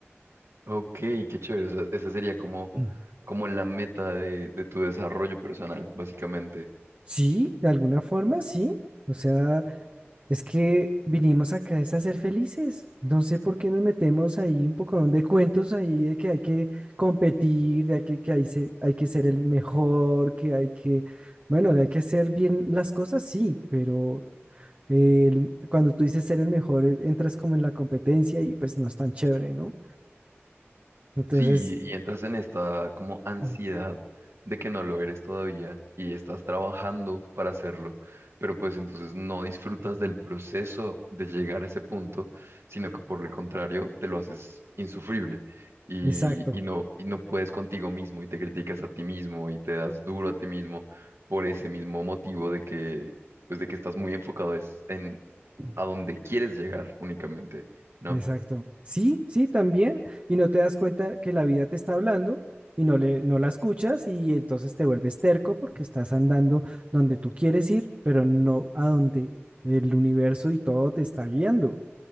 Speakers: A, on the right; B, on the right.
A: Ok, qué chévere. o sea, esa sería como,
B: Mm,
A: como la meta de, de tu desarrollo personal, básicamente.
B: Sí, de alguna forma, sí. O sea, es que vinimos acá es a ser felices. No sé por qué nos metemos ahí un poco de cuentos ahí de que hay que competir, de que, que hay, se- hay que ser el mejor, que hay que, bueno, hay que hacer bien las cosas, sí, pero el- cuando tú dices ser el mejor, eh, entras como en la competencia y pues no es tan chévere, ¿no? Entonces,
A: Sí, y entras en esta como ansiedad
B: Mm.
A: de que no lo eres todavía y estás trabajando para hacerlo, pero pues entonces no disfrutas
B: mm,
A: del proceso de llegar a ese punto, sino que por el contrario te lo haces insufrible y,
B: exacto,
A: y no, y no puedes contigo mismo y te criticas a ti mismo y te das duro a ti mismo por ese mismo motivo de que, pues de que estás muy enfocado es en
B: mm,
A: a dónde quieres llegar únicamente, ¿no?
B: exacto. Sí, sí, también. Y no te das cuenta que la vida te está hablando y no le, no la escuchas y entonces te vuelves terco porque estás andando donde tú quieres ir, pero no a donde el universo y todo te está guiando.